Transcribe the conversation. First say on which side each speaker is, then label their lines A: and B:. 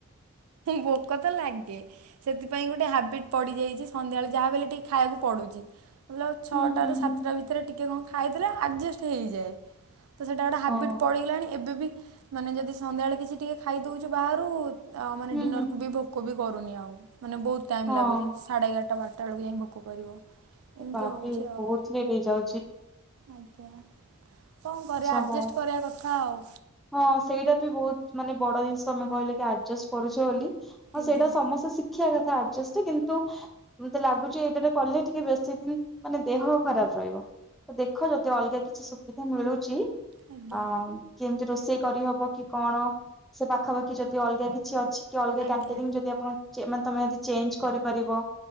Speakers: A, on the right (about 85°); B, in the centre.
A: ଭୋକ ତ ଲାଗେ ସେଥିପାଇଁ ଗୋଟେ ହାବିଟ୍ ପଡ଼ିଯାଇଛି ସନ୍ଧ୍ୟାବେଳେ ଯାହା ବି ହେଲେ ଟିକେ ଖାଇବାକୁ ପଡ଼ୁଛି। ମତଲବ୍ ଛଅଟାରୁ
B: ହୁଁ ହୁଁ
A: ସାତଟା
B: ହୁଁ
A: ଭିତରେ ଟିକେ କଣ ଖାଇଦେଲେ ଆଡ଼ଜେଷ୍ଟ ହେଇଯାଏ। ତ ସେଇଟା ଗୋଟେ ହାବିଟ୍
B: ହଁ
A: ପଡିଗଲାଣି ଏବେ ବି ମାନେ ଯଦି ସନ୍ଧ୍ୟାବେଳେ କିଛି ଟିକେ ଖାଇଦଉଛୁ ବାହାରୁ ଆଉ ମାନେ
B: ହୁଁ
A: ଡିନରକୁ
B: ହୁଁ
A: ବି ଭୋକ ବି କରୁନି ଆଉ ମାନେ ବହୁତ ଟାଇମ୍
B: ହଁ
A: ଲାଗୁଛି ସାଢ଼େ ଏଗାରଟା ବାର ଚାରଟାବେଳକୁ ଯାଇଁକି ଭୋକ କରିବ।
B: ଏ
A: ଏମିତି
B: ବାପରେ
A: ହେଉଛି ଆଉ
B: ବହୁତ ଲେଟ ହେଇଯାଉଛି।
A: ଆଜ୍ଞା କଣ କରିବା
B: ଆଚ୍ଛା
A: ଆଡ଼ଜେଷ୍ଟ
B: ହଁ
A: କରିବା କଥା ଆଉ।
B: ହଁ ସେଇଟା ବି ବହୁତ ମାନେ ବଡ ଜିନିଷ ତମେ କହିଲେ କି ଆଡଜଷ୍ଟ କରୁଛ ବୋଲି। ହଁ
A: ଆଜ୍ଞା
B: ସେଇଟା ସମସ୍ତେ ଶିଖିବା କଥା ଆଡଜଷ୍ଟ୍ <unintelligible> କିନ୍ତୁ ମତେ ଲାଗୁଛି ଏଇଟାରେ କଲେ ଟିକେ ବେଶୀ ଦିନ ମାନେ ଦେହ ଖରାପ ରହିବ। ହଉ ଦେଖ ଯଦି ଅଲଗା କିଛି ସୁବିଧା ମିଳୁଛି
A: ଆଜ୍ଞା।
B: ଆମ୍ ରୋଷେଇ କରିହବ କି କଣ ସେ ପାଖାପାଖି ଯଦି ଅଲଗା କିଛି ଅଛି କି ଅଲଗା
A: ଆଜ୍ଞା।
B: କ୍ୟାଟରିଙ୍ଗ ଯଦି ଆପଣ ଚେ ମାନେ ତମେ ଯଦି ଚେଞ୍ଜ କରିପାରିବ